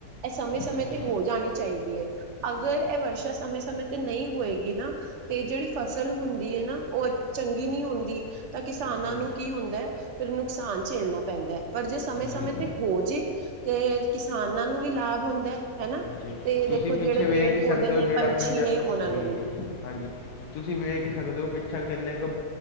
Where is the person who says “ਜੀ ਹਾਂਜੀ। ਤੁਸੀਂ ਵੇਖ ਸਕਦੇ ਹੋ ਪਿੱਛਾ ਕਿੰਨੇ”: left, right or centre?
Left